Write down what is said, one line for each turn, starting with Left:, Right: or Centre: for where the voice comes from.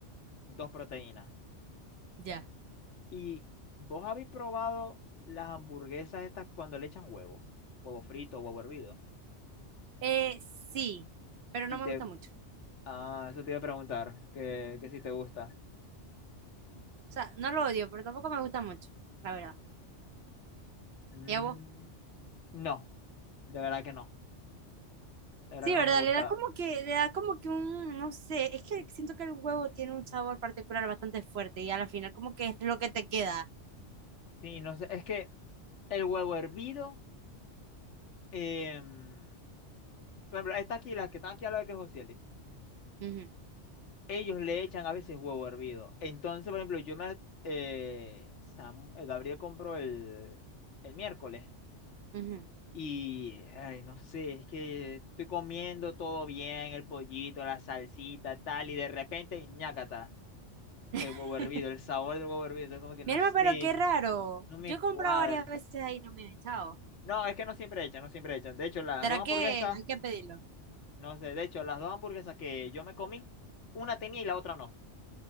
Left: dos proteínas.
Right: Ya.
Left: ¿Y vos habéis probado las hamburguesas estas cuando le echan huevo? Huevo frito, huevo hervido.
Right: Eh, sí, pero
Left: Y
Right: no me
Left: te...
Right: gusta mucho.
Left: Ah, eso te iba a preguntar, que, que si te gusta.
Right: O sea, no lo odio, pero tampoco me gusta mucho, la verdad.
Left: Mm,
Right: ¿Y a vos?
Left: no, de verdad que no. De verdad
Right: Sí,
Left: que
Right: ¿verdad?
Left: no me gusta.
Right: Le da como que, le da como que un, no sé, es que siento que el huevo tiene un sabor particular bastante fuerte y a la final como que es lo que te queda.
Left: Sí, no sé, es que el huevo hervido, em, por ejemplo, estas aquí, las que están aquí a la de que Josieli,
Right: Ujú,
Left: ellos le echan a veces huevo hervido. Entonces, por ejemplo, yo me... eh, Sam- eh, Gabriel compró el, el miércoles.
Right: ujú.
Left: Y, ay, no sé, es que estoy comiendo todo bien, el pollito, la salsita, tal, y de repente, ñácata, el
Right: <laughs>
Left: huevo hervido, el sabor del huevo hervido, entonces como que
Right: Mi
Left: no
Right: alma,
Left: sé,
Right: pero qué raro.
Left: no me
Right: Yo he comprado
Left: cuadra.
Right: varias veces ahí y no me han echado.
Left: No, es que no siempre echan, no siempre echan. De hecho, las
Right: ¿Será
Left: dos hamburguesas,
Right: que hay que pedirlo?
Left: no sé, de hecho, las dos hamburguesas que yo me comí, una tenía y la otra no.